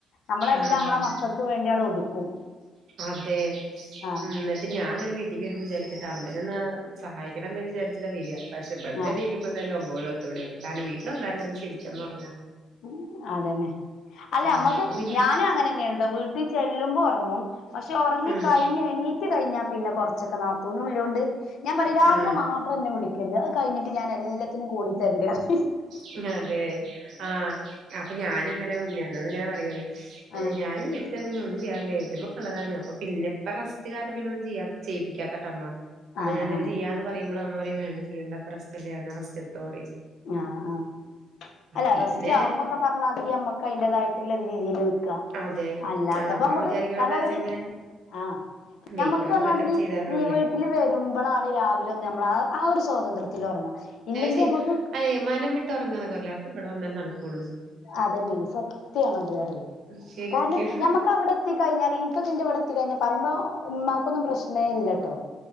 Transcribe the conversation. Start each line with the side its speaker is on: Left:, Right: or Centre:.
Left: അമ്മളെല്ലാം
Right: ആഹ്
Left: അമ്മളെ മക്കക്ക് വേണ്ടിയ ണ്ട് ഒതുക്കും
Right: അതെ
Left: ആ
Right: ന്നട്ട് ഞാനങ്ങനെ വീട്ടിക്കെരുമ്പോ വിചാരിക്കു ട്ടോ അമ്മേ നൊന്ന് സഹാ യിക്കണം എന്നു വിചാരിച്ചിട്ടാ വെരാ പക്ഷേ ഇബടന്
Left: ആ
Right: എണീക്കുമ്പോ തന്നെ ഒമ്പത് മണി പത്ത് മണിയാവും കാരണം വീട്ടിൽവന്നാലൊന്ന് ശരിക്കൊന്നൊറങ്ങാൻ
Left: ഉം അതന്നെ അല്ല
Right: ആ
Left: അമ്മക്കുഞാനു
Right: അപ്പൊ പിന്നെ
Left: അങ്ങനെന്നാണ് ട്ടോ വീട്ടിൽ ചെല്ലുമ്പോ ഒർങ്ങും പക്ഷേ ഓർങ്ങിക്കഴിഞ്ഞ്
Right: ഉം
Left: എണീറ്റുകഴിഞ്ഞാ പിന്നെ കൊറച്ചൊക്കെ നാത്തൂനുല്ലോണ്ട് ഞാപറിം രാവിലെ
Right: ആ
Left: മാത്രന്നെവിളിക്കര്ത് അഅ് കഴിഞ്ഞിട്ട് ഞാൻ എല്ലാത്തിനും കൂടി തര്ണ്ട് റിം
Right: അതെ അതെ ആ അപ്പൊഞാനും ഇന്നലെ ഉണ്ണിയേട്ടനോടിങ്ങനെ പറയാണ്
Left: ആഹ്
Right: ഞാനും വീട്ടിച്ചെന്നെങ്കി ഒന്നു <unintelligible> ഏട്ടത്തിയമ്മക്കള്ളതാണ് അപ്പൊ പിന്നെ ഇപ്പൊ റസ്റ്റ് കാരണം ഇന്നൊന്നും ചെയ്യ ചെയ്യിപ്പിക്കാത്തട്ടാ അമ്മ
Left: ആ ആ
Right: ചെയ്യാ എന്ന് പറയുമ്പോൾ അമ്മ പറയും വേണ്ട ചെയ്യേണ്ട പ്പ റെസ്റ്റല്ലേ ന്ന റസ്റ്റെടുത്തോ റിം
Left: ആ ആ അല്ല
Right: പിന്നെ
Left: റസ്റ്റ് ആവുമ്പോക്കെ പർഞ്ഞാതിരി അമ്മക്ക് അയിൻ്റെതായി ട്ട്ളള രീതി ല് നിക്കാം
Right: അതെ
Left: അല്ലാത്തപ്പം
Right: ആ നമ്മൾ
Left: അമ്മക്ക്
Right: വിചാരിക്കണ
Left: പർഞ്ഞാതിരി
Right: എന്താച്ചെങ്ങെ
Left: ആ
Right: വെയ്ക്കണ
Left: ഞമ്മക്ക് പർഞ്ഞാ
Right: സമയത്തൊക്കെ
Left: തിരി
Right: ചെയ്ത് തരണല്ലേ
Left: ഈ വീട്ടില് വരുമ്പളാണ് രാവിലെ ഒന്ന് നമ്മൾ ആ ആഒരു സ്വാതന്ത്ര്യം ത്തിലൊർങ്ങ ഇല്ലെങ്കി
Right: ശരി
Left: അമ്മക്ക്
Right: അതെ മനം വിട്ട് ഒർങ്ങാന്നൊക്കെ പറീല്ലേ അത് ഇവ ടെ വന്നന്നേനട ക്കൊള്ളൂ
Left: അതെന്നെണ് സത്യണത് റ്യെ
Right: ശരിക്കും
Left: കാരണം ഞമ്മക്ക് അവടെ എത്തി കഴിഞ്ഞാല് ഇക്ക് തിൻ്റെ വടെ എത്തി കഴിഞ്ഞ പറിമ്പോ ഇമ്മാക്കൊന്നും പ്രശ്നേ ഇല്ലാട്ടോ